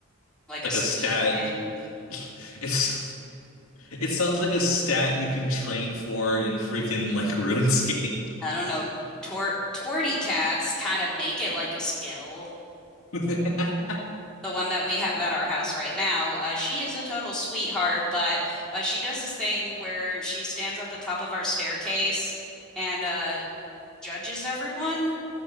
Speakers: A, in the centre; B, on the left.
A: like
B: like
A: a speed
B: a stat?
A: thing.
B: <laughs> It's it sounds like a stat you can train for in freaking like RuneScape.
A: I don't know. Tor torty cats kind of make it like a skill.
B: <laughs>
A: The one that we have at our house right now, uh, she is a total sweetheart, but uh, she does this thing where she stands at the top of our staircase and uh, judges everyone,